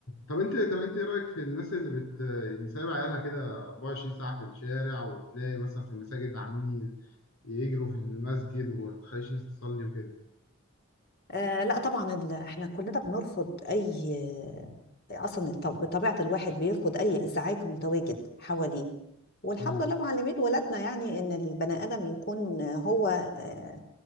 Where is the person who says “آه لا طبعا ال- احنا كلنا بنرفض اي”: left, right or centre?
Left